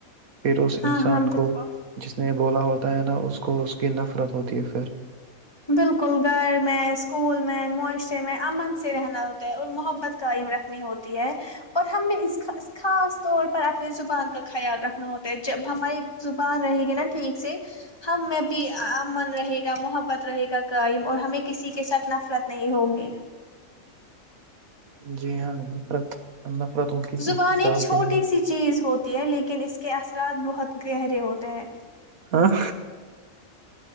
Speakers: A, on the right (about 80°); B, on the left (about 20°).
A: پھر اس انسان
B: ہاں ہاں بالکل
A: کو جس نے بولا ہوتا ہوتا ہے نا اس کو اس کی نفرت ہوتی ہے پھر
B: بالکل گھر میں اسکول میں معاشرے میں امن سے رہنا ہوتا اور محبت قئم رکھنی ہوتی اور ہمیں اس خاص طور پر اپنی زبان کا خیال رکھنا ہوتا ہے جب ہماری زبان رہے گی نا ٹھیک سے ہم میں بھی امن رہے گا محبت بت رہے گا قئم اور ہمیں کسی کے ساتھ نفرت نہیں ہوگی
A: جی ہاں نفرت نفرت وہ کسی
B: زبان
A: کے
B: ایک
A: ساتھ
B: چھوٹی
A: بھی نہیں
B: سی چیز ہوتی لیکن اس کے اثرات بہت گہرے ہوتے ہیں
A: ہاں